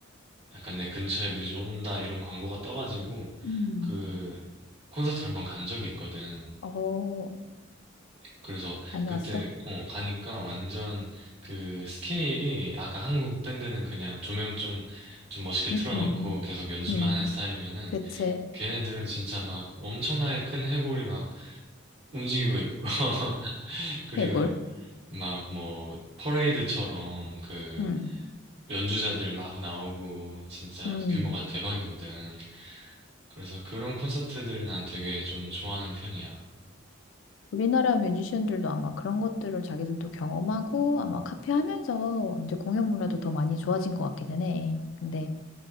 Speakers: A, on the right (about 50°); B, on the left (about 65°).
A: 약간 내 근처에 뮤즈 온다 이런 광고가 떠가지고
B: 음.
A: 그 콘서트를 한번 간 적이 있거든.
B: 어,
A: 그래서
B: 다녀왔어?
A: 그때 어 가니까 완전 그 스케일이 아까 한국 밴드는 그냥 조명 좀 좀 멋있게 틀어놓고
B: 음, 음,
A: 계속 연주만
B: 음.
A: 하는 스타일이면은
B: 그치.
A: 걔네들은 진짜 막 엄청나게 큰 해골이 막 움직이고 있고 <laughs> 그리고
B: 대골.
A: 막 뭐 퍼레이드처럼 그
B: 음,
A: 연주자들 막 나오고 진짜
B: 음.
A: 규모가 대박이거든. 그래서 그런 콘서트들을 난 되게 좀 좋아하는 편이야.
B: 우리나라 뮤지션들도 아마 그런 것들을 자기들도 경험하고 아마 카피하면서 이제 공연 문화도 더 많이 좋아진 것 같기는 해. 근데